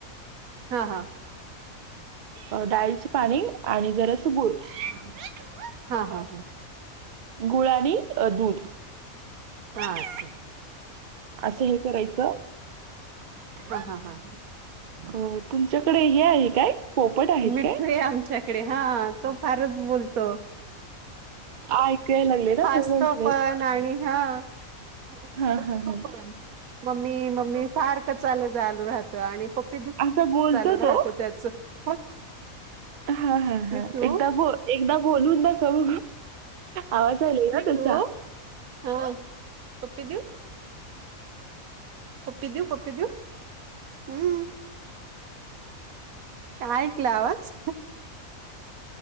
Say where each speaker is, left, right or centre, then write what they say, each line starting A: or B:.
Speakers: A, on the right; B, on the right.
A: हा हा
B: अ डाळीच पाणी आणि जरा स गुळ.
A: - <inaudible> हा हा हा
B: गुळ आणि दूध
A: आस <inaudible>
B: असं हे करायचं.
A: हा हा हा
B: अ तुमच्याकडे हे आहे काय? पोपट आहेत
A: मिठू
B: काय?
A: ये आमच्याकडे हा तो फारच बोलतो.
B: ऐकायला लागले ना
A: हासतो
B: मी म्हटले.
A: पण आणि हा- बोलतो
B: हा हा हा
A: पण मम्मी मम्मी सारखं चालू राहतं. आणि पप्पी दिव पप्पी
B: असा
A: दिव
B: बोलतो
A: चालू
B: तो.
A: राहतो त्याच हो-
B: हा हा
A: मिठू
B: हा एकदा एकदा बोलून दाखव आवाज आलाय ना
A: मिठू
B: त्यांचा.
A: हा पप्पी देऊ. पप्पी देऊ पप्पी देऊ हम्म. ऐकला आवाज?